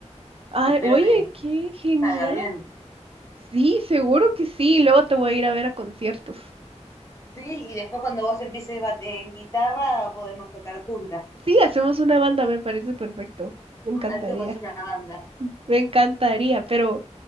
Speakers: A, on the right; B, on the left.
A: Ay,
B: Espero
A: oye,
B: que
A: qué genial.
B: salga bien.
A: Sí, seguro que sí. Luego te voy a ir a ver a conciertos.
B: Sí, y después cuando vos empieces bate- en guitarra podemos tocar juntas.
A: Sí, hacemos una banda, me parece perfecto. Me encantaría.
B: Hacemos una banda.
A: Me encantaría, pero,